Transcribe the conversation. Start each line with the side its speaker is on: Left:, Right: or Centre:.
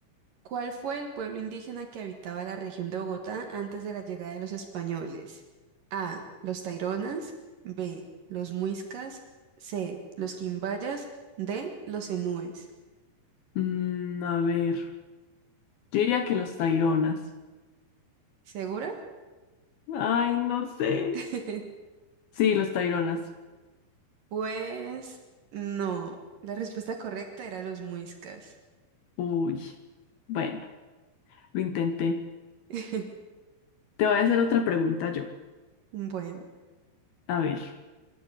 Right: ¿Cuál fue el pueblo indígena que habitaba la región de Bogotá antes de la llegada de los españoles? A. Los Taironas. B. Los Muiscas. C. Los Quimbayas. D. Los Enúes.
Left: Mm, a ver, yo diría que los Taironas.
Right: ¿Segura?
Left: Ay, no sé.
Right: <laughs>
Left: Sí, los Taironas.
Right: Pues no. La respuesta correcta era los Muiscas.
Left: Uy, bueno, lo intenté.
Right: <laughs>
Left: Te voy a hacer otra pregunta yo.
Right: Bueno,
Left: A ver,